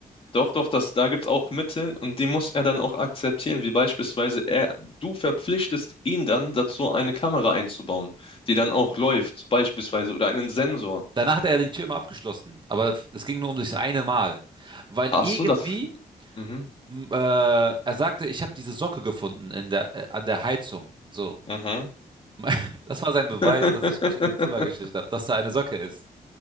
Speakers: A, on the left; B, on the right.
A: Doch, doch, das, da gibt es auch Mittel und die muss er dann auch akzeptieren, wie beispielsweise er, du verpflichtest ihn dann dazu, eine Kamera einzubauen, die dann auch läuft, beispielsweise, oder einen Sensor.
B: Danach hat er die Tür immer abgeschlossen. Aber es ging nur um das eine Mal. Weil
A: Ach
B: irgendwie,
A: so, das. Mhm.
B: m, äh, er sagte, ich habe diese Socke gefunden in der, äh, an der Heizung. So.
A: Mhm.
B: <laughs> Das war sein Beweis,
A: <laughs>
B: dass ich mich in sein Zimmer geschlichen habe, dass da eine Socke ist.